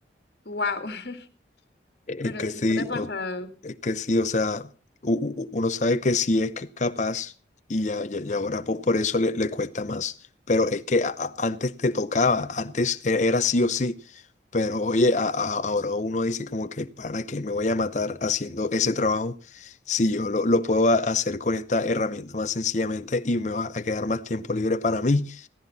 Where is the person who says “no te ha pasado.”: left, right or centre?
Left